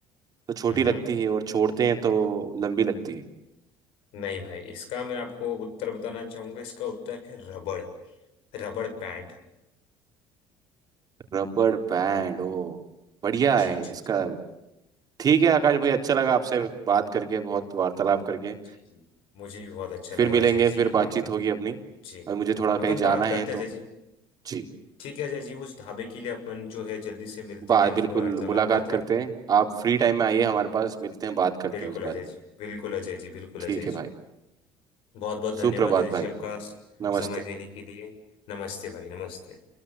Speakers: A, on the right; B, on the left.
A: तो छोटी
B: हम्म
A: लगती है और छोड़ते हैं तो लंबी लगती है
B: नहीं भाई इसका मैं आपको उत्तर बताना चाहूंगा इसका उत्तर है रबड़ रबड़ बैंड
A: रबड़ बैंड ओ बढ़िया
B: जी
A: है
B: जी
A: इसका
B: जी
A: ठीक है आकाश भाई अच्छा लगा आपसे बात करके बहुत वार्तालाप करके
B: जी जी मुझे भी बहुत अच्छा
A: फिर
B: लगा
A: मिलेंगे
B: अजय
A: फिर
B: जी
A: बातचीत
B: आप
A: होगी अपनी
B: जी
A: और मुझे थोड़ा कहीं
B: अपन बात
A: जाना है
B: करते
A: तो
B: हैं अजय जी
A: जी
B: ठीक है अजय जी उस ढाबे के लिए अपन जो है जल्दी से मिलते
A: बात
B: हैं उस
A: बिल्कुल
B: पर वार्तालाप
A: मुलाकात
B: करते
A: करते
B: हैं
A: हैं आप फ्री टाइम में आइए हमारे पास मिलते हैं बात करते
B: बिल्कुल
A: हैं उस बारे
B: अजय
A: में
B: जी बिल्कुल अजय जी बिल्कुल
A: ठीक
B: अजय
A: है भाई
B: जी बहुत बहुत धन्यवाद
A: सुप्रभात
B: अजय
A: भाई
B: जी आपका
A: नमस्ते
B: समय देने के लिए नमस्ते भाई नमस्ते